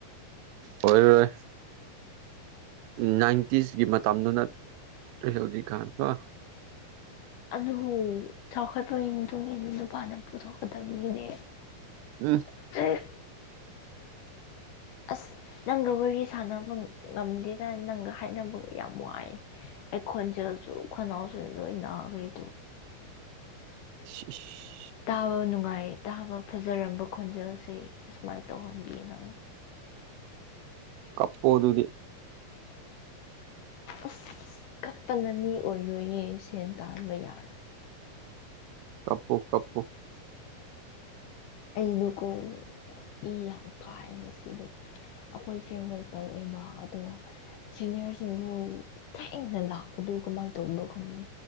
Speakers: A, on the right; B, on the left.
A: ꯑꯣꯏꯔꯣꯏ ꯅꯥꯏꯟꯇꯤꯁꯀꯤ ꯃꯇꯝꯗꯨ ꯅꯠ ꯇ꯭ꯔꯦ ꯍꯧꯖꯤꯛ ꯀꯥꯟ ꯀꯣ
B: ꯑꯗꯨ ꯆꯥꯎꯈꯠꯄꯒꯤ ꯃꯇꯨꯡ ꯏꯟꯅ ꯅꯨꯄꯥꯅ ꯄꯨꯊꯣꯛꯀꯗꯕꯅꯤꯅꯦ
A: ꯎꯝ
B: <unintelligible> ꯑꯁ ꯅꯪꯒ ꯋꯥꯔꯤ ꯁꯥꯟꯅꯕ ꯉꯝꯗꯦꯗ ꯅꯪꯒ ꯍꯥꯏꯅꯕ ꯌꯥꯝ ꯋꯥꯏ ꯑꯩ ꯈꯣꯟꯖꯦꯜꯁꯨ ꯈꯅꯥꯎꯁꯨ ꯂꯣꯏ ꯅꯥꯈ꯭ꯔꯦ ꯇꯨ
A: ꯁꯤ ꯁꯤ
B: ꯇꯥꯕ ꯅꯨꯡꯉꯥꯏ ꯇꯥꯕ ꯐꯖꯔꯝꯕ ꯈꯣꯟꯖꯦꯜꯁꯦ ꯑꯁꯨꯃꯥꯏꯅ ꯇꯧꯍꯟꯕꯤ ꯅꯨ
A: ꯀꯞꯄꯣꯗꯨꯗꯤ
B: ꯑꯁ ꯀꯠꯄꯅ ꯃꯤ ꯑꯣꯏꯔꯣꯏꯌꯦ ꯁꯦꯟ ꯇꯥꯟꯕ ꯌꯥ
A: ꯀꯞꯄꯨ ꯀꯞꯄꯨ
B: ꯑꯩꯗꯨꯀꯣ ꯏ ꯌꯥꯝ ꯀꯥꯏ ꯉꯁꯤꯗꯣ ꯑꯈꯣꯏ ꯐꯦꯔꯋꯦꯜ ꯇꯧꯋꯦꯕ ꯑꯗꯣ ꯁꯤꯅꯤꯌꯔꯁꯤꯡꯗꯨ ꯊꯦꯡꯅ ꯂꯥꯛꯄꯗꯨ ꯀꯃꯥꯏ ꯇꯧꯕꯅꯣ ꯈꯪꯗꯦ